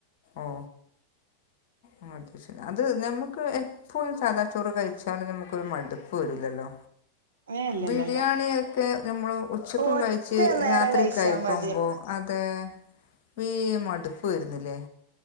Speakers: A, on the left; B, on the right.
A: ഓ അ അത് ശരി അ. അത് നമ്മുക്ക് എപ്പഴ് സാധാ ചോറ് കഴിച്ചാലും നമുക്ക് ഒരു മടുപ്പ് വരുല്ലല്ലോ
B: ഏഹ് ഇല്ലല്ലല്ല
A: ബിരിയാണി ഒക്കെ. നമ്മള് ഉച്ചക്കും
B: ഒറ്റ
A: കഴിച്ച്
B: നേരം
A: രാത്രി
B: കഴിച്ചാ
A: കഴിക്കുമ്പോൾ
B: മതി
A: അത് വീ മടുപ്പ് വരുന്നില്ലേ